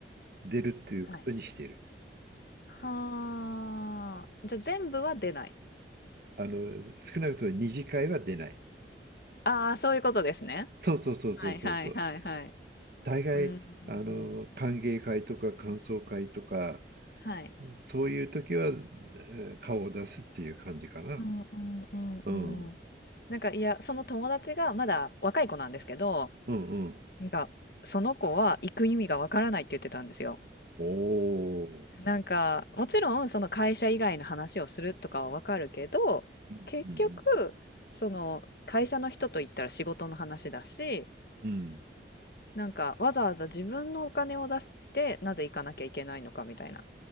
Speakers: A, on the right; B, on the left.
A: 出るっていうことにしてる。
B: はい。はあ、じゃあ全部は出ない。
A: あの少なくとも二次会は出ない。
B: ああ、そういうことですね。
A: そうそうそうそうそうそう。
B: はいはいはいはい。
A: 大概あのー歓迎会とか感想会とか
B: うん、うん、はい。
A: そういう時は、えー顔を出すっていう感じかな。
B: うんうんうんうん。
A: うん
B: なんかいや、その友達がまだ若い子なんですけど、
A: うんうん。
B: なんか、その子は行く意味がわからないって言ってたんですよ。
A: おお。
B: なんか、もちろんその会社以外の話をするとかはわかるけど、
A: うんうんうん。
B: 結局、その会社の人と言ったら仕事の話だし、
A: うん
B: なんかわざわざ自分のお金を出してなぜ行かなきゃいけないのかみたいな